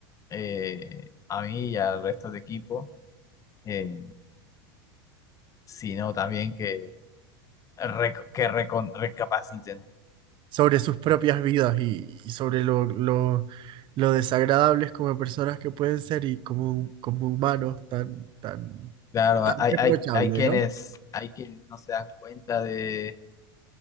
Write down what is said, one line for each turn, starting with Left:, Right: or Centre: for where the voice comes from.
Left: eh, a mí y al resto de equipo, eh, sino también que, rec- que recon- recapaciten.
Right: sobre sus propias vidas y, y sobre lo, lo, lo desagradables como personas que pueden ser y como, como humanos tan, tan,
Left: Claro,
Right: tan
Left: hay,
Right: reprochable,
Left: hay, hay quienes,
Right: ¿no?
Left: hay quienes no se dan cuenta de,